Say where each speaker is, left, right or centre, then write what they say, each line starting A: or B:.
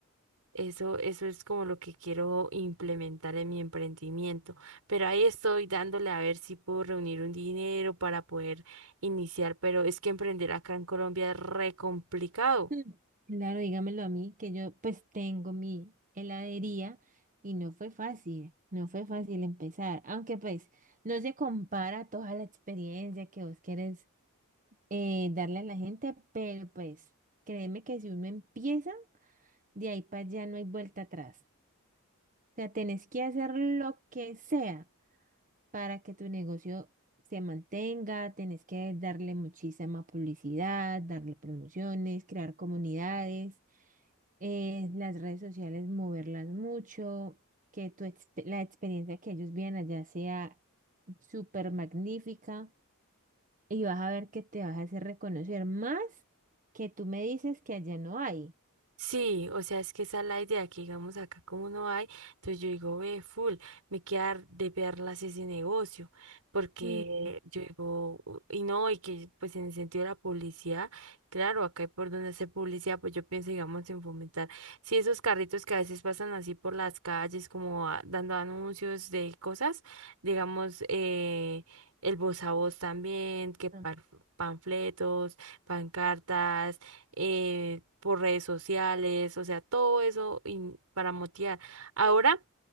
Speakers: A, on the right (about 85°); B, on the right (about 35°).
A: eso, eso es como lo que quiero implementar en mi emprendimiento. Pero ahí estoy dándole a ver si puedo reunir un dinero para poder iniciar, pero es que emprender acá en Colombia es re complicado.
B: Mm, Claro, dígamelo a mí, que yo pues tengo mi heladería y no fue fácil, no fue fácil empezar, aunque pues no se compara toda la experiencia que vos quieres eh, darle a la gente, pero pues créeme que si uno empieza, de ahí para allá no hay vuelta atrás. O sea, tenés que hacer lo que sea para que tu negocio se mantenga, tenés que darle muchísima publicidad, darle promociones, crear comunidades eh, las redes sociales, moverlas mucho, que tu exp- la experiencia que ellos viven allá sea súper magnífica y vas a ver que te vas a hacer reconocer más que tú me dices que allá no hay.
A: Sí, o sea, es que esa es la idea, que digamos acá como no hay, entonces yo digo, ve, full, me queda de verlas ese negocio, porque
B: Mm,
A: yo digo, "U- y no, y que pues en el sentido de la publicidad, claro, acá hay por donde hacer publicidad, pues yo pienso, digamos, en fomentar, sí, esos carritos que a veces pasan así por las calles, como a- dando anuncios de cosas, digamos, eh, el voz a voz también, que par-
B: ah,
A: panfletos, pancartas eh, por redes sociales, o sea, todo eso in- para motivar. Ahora,